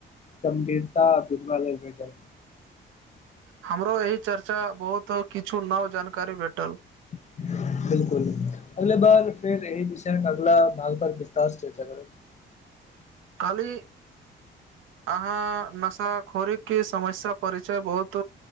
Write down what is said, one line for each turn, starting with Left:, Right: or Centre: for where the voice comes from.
Left: गंभीरता बुझबाले भेटल
Right: हमरो एहि चर्चा बहुत किछु नव जानकारी भेटल
Left: <inaudible> बिलकुल अगले बार फेर एहि विषय अगला भाग पर विस्तास चर्चा करू
Right: काली अहाँ नशाखोरी के समस्या परिचय बहुत